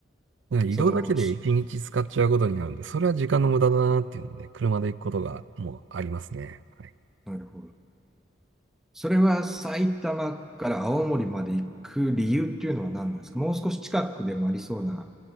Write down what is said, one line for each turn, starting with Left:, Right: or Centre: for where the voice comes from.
Right: ね移動だけで1日使っちゃうことになるんで、
Centre: その、し
Right: それは時間の無駄だなっていうので、車で行くことがもうありますね。はい、
Centre: なるほど。それは埼玉から青森まで行く理由っていうのは何なんですかもう少し近くでもありそうな